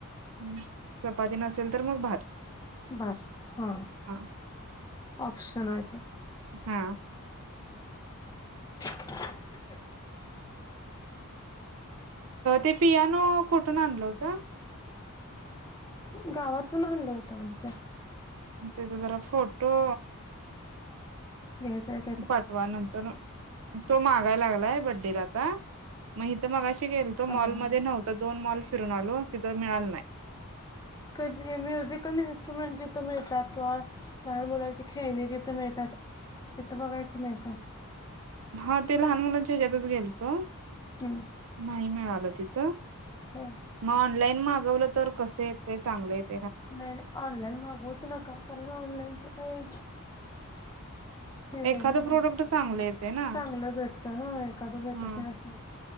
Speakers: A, on the right; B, on the left.
A: हम्म चपाती नसेल तर मग भात
B: बर हा
A: हा
B: ऑप्शन आहे तो
A: हा
B: <unintelligible>
A: ते पियानो कुठून आणल होत
B: गावातून आणल होत आमच्या
A: तेज जरा फोटो
B: निसत
A: पाठवा नंतरन तो मागालागलाय बडेला आता मग हित मगाशी तिथं गेलतो
B: हा
A: मॉल
B: हा
A: मध्ये नव्हत दोन मॉल फिरून आलो तिथं मिळाल नाही.
B: कधी म्युझिकल इन्स्ट्रुमेंट जिथ मिळतात किंवा लहान मुलांची खेळणी जिथ मिळतात तिथ बघायच नाही का
A: हा ते लहान मुलांच्या ह्याच्यातच गेल तो
B: हम्म
A: नाही मिळाल तिथ
B: हो
A: मग ऑनलाईन मागवल तर कस येतय चांगल येतय
B: नाही ऑनलाईन मागवूच नका कारण ऑनलाईनच काही नाही
A: एखाद
B: ना
A: प्रोडक्ट चांगले येते ना
B: चांगलं भेटत ह एखादं भेटत
A: ह
B: नाही असं होत.